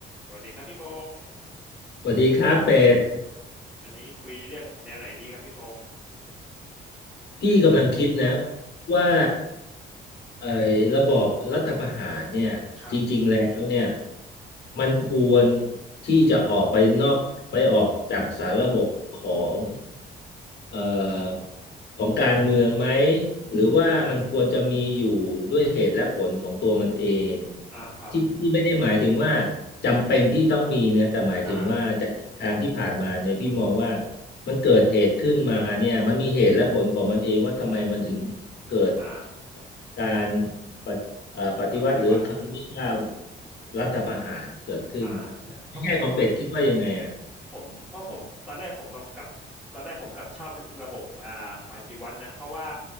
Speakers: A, in the centre; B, on the left (about 55°).
A: สวัสดีครับพี่พงศ์
B: สวัสดีครับเป็ด
A: อ่าวันนี้คุยเรื่องแนวไหนดีครับพี่พงศ์
B: พี่กำลังคิดนะว่าเอ่อระบอบรัฐประหารเนี่ยจริงๆแล้วเนี่ย
A: ครับ
B: มันควรที่จะออกไปนอกไปออกจากสารระบบของเอ่อของการเมืองไหมหรือว่ามันควรจะมีอยู่ด้วยเหตุและผลของตัวมันเอง
A: อ่าครับ
B: ที่ที่ไม่ได้หมายถึงว่าจำเป็นที่ต้องมีนะแต่หมายถึงว่าจากเหตุการณ์ที่ผ่านมาเนี่ยพี่มองว่า
A: อ่า
B: มันเกิดเหตุขึ้นมาเนี่ยมันมีเหตุและผลของมันเองว่าทำไมมันถึงเกิด
A: อ่า
B: การปฏิเอ่อปฏิวัติหรือคำเรียกว่า
A: ปฏิวัติ
B: รัฐประหารเกิดขึ้น
A: อ่าใช่เพราะผม
B: ในแง่ของเป็ดคิดว่ายังไงอ่ะ
A: ผมเพราะผมตอนแรกผมกับกับตอนแรกผมกับชอบระบบอ่าปฏิวัตินะ เพราะว่า